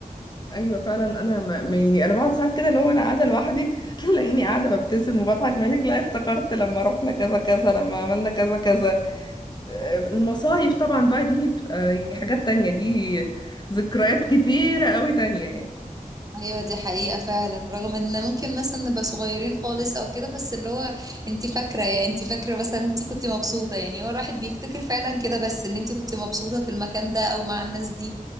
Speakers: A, on the left; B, on the right.
A: ايوه فعلا انا ما ما- يعني انا بقعد ساعات كده اللي هو انا قاعده لوحدي <laughs> تلاقيني قاعده ببتسم وبضحك مالك لا افتكرت لما رحنا كذا كذا لما عملنا كذا كذا المصايف طبعا بقى دي بتبقى يعني حاجات تانية دي ذكريات كتيرة قوي تانية يعني
B: ايوه دي حقيقة فعلا رغم ان ممكن مثلا نبقى صغيرين خالص او كده بس اللي هو انت فاكرة يعني انت فاكرة مثلا انت كنت مبسوطة يعني هو الواحد بيفتكر فعلا كده بس ان انت كنت مبسوطة في المكان ده او مع الناس دي